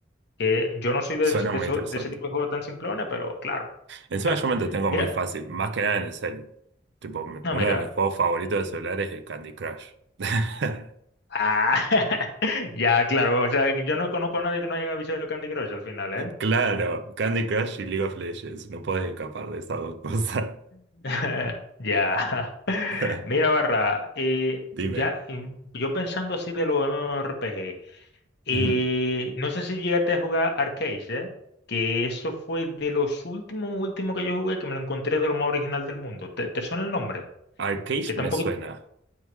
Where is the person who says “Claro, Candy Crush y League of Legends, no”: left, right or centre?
Right